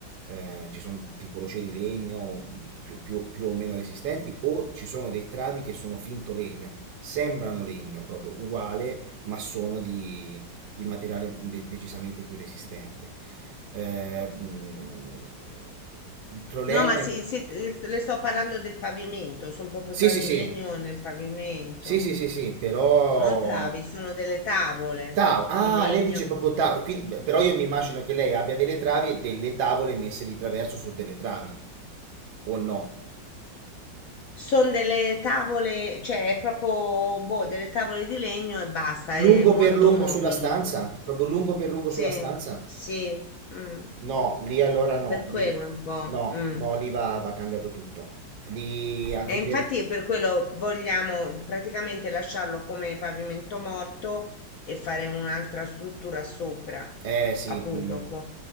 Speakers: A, on the right (about 90°); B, on the left (about 70°).
A: eh, ci sono tipo rocce di legno mh, più, più più o meno resistenti, o ci sono dei travi che sono finto legno Sembrano legno proprio uguale, ma sono di, di materiale de- decisamente più resistente. Eh, mh, il problema
B: No, ma sì,
A: è...
B: sì, eh, s- le sto parlando del pavimento, sono proprio
A: Sì,
B: travi
A: sì, sì,
B: in legno nel pavimento,
A: sì, sì, sì, sì, però...
B: non travi, sono delle tavole
A: Tau, ah,
B: di legno,
A: lei dice proprio tau, quindi- beh, però io mi immagino che lei abbia delle travi e delle tavole messe di traverso su delle travi, o no?
B: sono delle tavole, cioè è proprio, boh, delle tavole di legno e basta,
A: Lungo
B: è molto
A: per lungo
B: mobili.
A: sulla stanza, proprio lungo per lungo
B: Sì,
A: sulla stanza.
B: sì, mm,
A: No, lì allora no,
B: per
A: lì
B: quello un po'.
A: no,
B: mm.
A: no, lì va, va cambiato tutto. Lì anche
B: E infatti
A: per,
B: per quello vogliamo praticamente lasciarlo come pavimento morto e fare un'altra struttura sopra,
A: Eh sì,
B: appunto.
A: mh.